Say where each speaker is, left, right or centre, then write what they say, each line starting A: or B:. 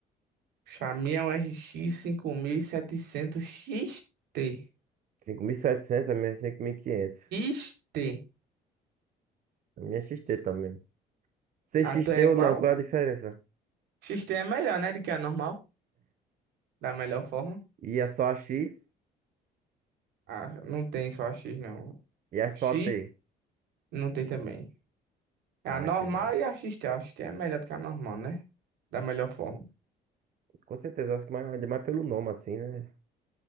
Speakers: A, on the right; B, on the right.
A: Chamei um RX 5700 XT.
B: 5.700, a minha é 5.500.
A: X-T.
B: A minha é XT também. CXT
A: A tua é
B: ou
A: qual?
B: não, qual é a diferença?
A: X-T é melhor, né? Do que a normal. Da melhor forma.
B: E é só a X
A: Ah, não tem só a X, não.
B: e é só
A: X
B: a T.
A: não tem também. A
B: Ah,
A: normal
B: entendi.
A: e a X-T. A X-T é melhor do que a normal, né? Da melhor forma.
B: Com certeza, acho que mais, ainda mais pelo nome assim, né?